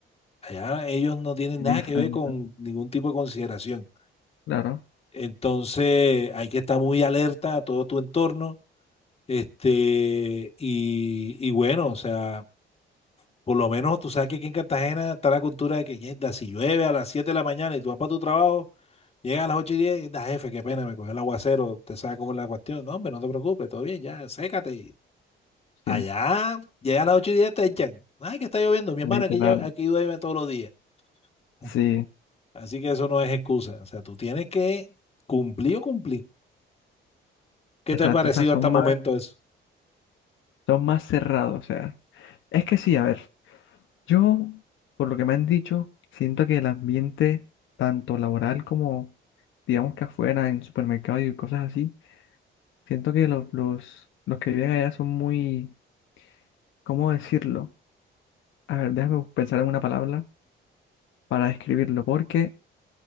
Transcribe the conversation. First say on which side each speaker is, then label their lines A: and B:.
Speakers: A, on the left; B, on the left.
A: Allá ellos no tienen nada
B: Dios
A: que
B: santo.
A: ver con ningún tipo de consideración.
B: Claro,
A: Entonces hay que estar muy alerta a todo tu entorno. Este, y, y bueno, o sea. Por lo menos tú sabes que aquí en Cartagena está la cultura de que "Yerda, si llueve a las 7 de la mañana y tú vas para tu trabajo, llegas a las 8 y 10 da jefe, qué pena, me cogió el aguacero, te sabes cómo es la cuestión. No, hombre, no te preocupes, todo bien, ya, sécate. Y Allá,
B: sí,
A: llega a las 8 y 10 te echan. Ay, que está lloviendo, mi
B: literal.
A: hermano, aquí, llo- aquí llueve todos los días. <laughs>
B: Sí,
A: Así que eso no es excusa. O sea, tú tienes que cumplir o cumplir. ¿Qué
B: exacto,
A: te ha parecido
B: o sea, son
A: hasta el
B: más,
A: momento eso?
B: son más cerrados, o sea. Es que sí, a ver. Yo, por lo que me han dicho, siento que el ambiente, tanto laboral como, digamos que afuera, en supermercados y cosas así, siento que los, los, los que viven allá son muy, ¿cómo decirlo? A ver, déjame pensar en una palabra para describirlo, porque